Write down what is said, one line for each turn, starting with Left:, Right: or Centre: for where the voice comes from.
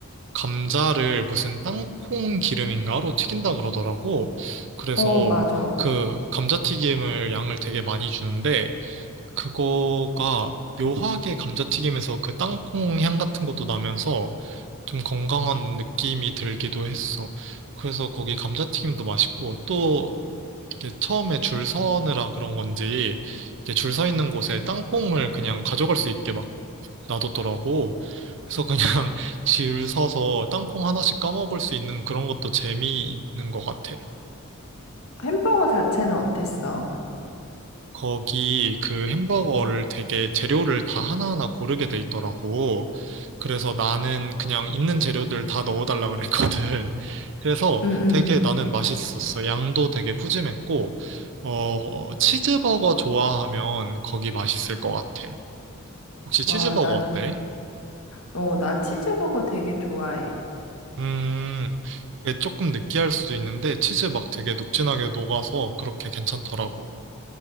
Right: 감자를 무슨 땅콩 기름인가로 튀긴다 그러더라고. 그래서
Left: 어, 맞아.
Right: 그 감자튀김을 양을 되게 많이 주는데, 그거가 묘하게 감자튀김에서 그 땅콩 향 같은 것도 나면서 좀 건강한 느낌이 들기도 했어. 그래서 거기 감자튀김도 맛있고 또 이게 처음에 줄 서느라 그런 건지 이게 줄 서 있는 곳에 땅콩을 그냥 가져갈 수 있게 막 놔뒀더라고. 그래서 그냥 <laughs> 줄 서서 땅콩 하나씩 까먹을 수 있는 그런 것도 재미있는 것 같아.
Left: 햄버거 자체는 어땠어?
Right: 거기 그 햄버거를 되게 재료를 다 하나하나 고르게 돼 있더라고. 그래서 나는 그냥 있는 재료들 다 넣어달라 그랬거든. <laughs> 그래서
Left: 응,
Right: 되게
Left: 응.
Right: 나는 맛있었어. 양도 되게 푸짐했고, 어, 치즈버거 좋아하면 거기 맛있을 것 같아. 혹시
Left: 와,
Right: 치즈버거
Left: 나,
Right: 어때?
Left: 어, 나 치즈버거 되게 좋아해.
Right: 음, 그게 조금 느끼할 수도 있는데, 치즈 막 되게 녹진하게 녹아서 그렇게 괜찮더라고.